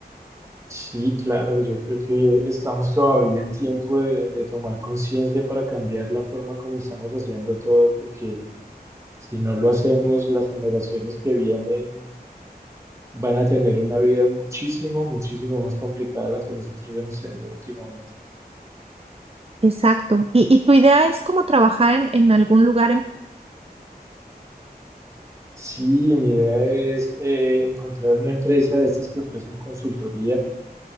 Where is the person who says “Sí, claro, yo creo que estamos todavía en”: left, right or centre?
Right